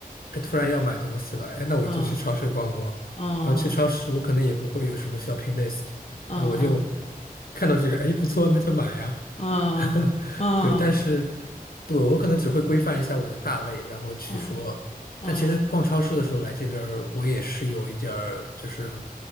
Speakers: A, on the left; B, on the left.
A: 哎，突然要买东西了，哎，那我就去超市逛逛。
B: 嗯。嗯
A: 然后去超市，我可能也不会有什么 shopping list，
B: 嗯嗯
A: 然后我就看到这个，哎，不错，那就买呀。
B: 嗯嗯
A: <laughs> 对，但是对我可能只会规范一下我的大类，然后去说。
B: 嗯嗯，
A: 但其实逛超市的时候来这边儿我也是有一点儿，就是